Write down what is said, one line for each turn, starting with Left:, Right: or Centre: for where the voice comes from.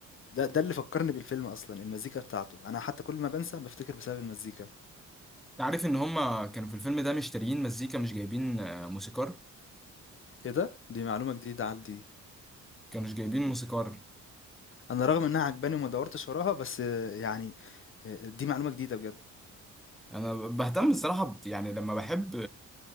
Left: ده ده اللي فكرني بالفيلم اصلا المزيكا بتاعته انا حتى كل ما بنسى بفتكر بسبب المزيكا
Centre: عارف ان هما كانوا في الفيلم ده مشتريين مزيكا مش جايبين آه، موسيقار
Left: ايه ده دي معلومه جديده عندي
Centre: كانوا مش جايبين موسيقار
Left: انا رغم انها عجباني وما دورتش وراها بس آه، يعني آه، دي معلومة جديدة بجد
Centre: انا بهتم الصراحه ب- يعني لما بحب